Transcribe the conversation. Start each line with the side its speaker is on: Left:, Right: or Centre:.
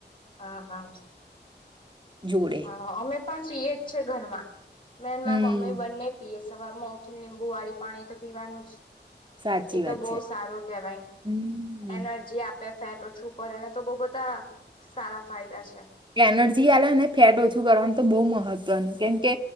Left: હા હા
Right: જોડે
Left: હા અમે પણ પીએ જ છે ઘરમાં બેન
Right: હમ
Left: મા મમ્મી બંને પીએ સવાર માં ઉઠીન લીંબુ વાળી પાણી તો પીવાનું જ
Right: સાચી
Left: એ તો
Right: વાત
Left: બહુ
Right: છે
Left: સારો કેવાય
Right: હમ
Left: એનર્જી આપ આપે ફેટ ઓછું કરે એના તો બઉ બધા સારા ફાયદા છે
Right: એનર્જી આલે ને ફેટ ઓછું કરવાનું તો બહુ મહત્વનું કેમ કે